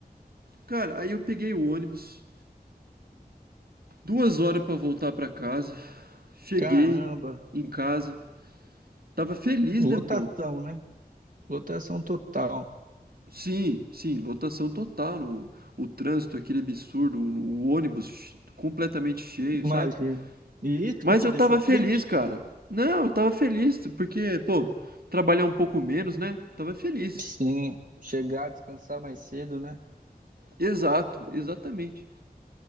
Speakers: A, on the right; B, on the right.
A: cara, aí eu peguei o ônibus, duas horas pra voltar pra casa, cheguei
B: Caramba,
A: em casa, tava feliz,
B: lotação,
A: né, pô?
B: né? Lotação total,
A: Sim, sim, lotação total, no, o trânsito, aquele absurdo, o, o ônibus ch- completamente cheio, sabe?
B: imagina. E isso
A: Mas
B: que te
A: eu
B: deixou
A: tava
B: triste?
A: feliz, cara. Não, eu tava feliz, porque, pô, trabalhar um pouco menos, né? Tava feliz.
B: Sim, chegar, descansar mais cedo, né?
A: Exato, exatamente.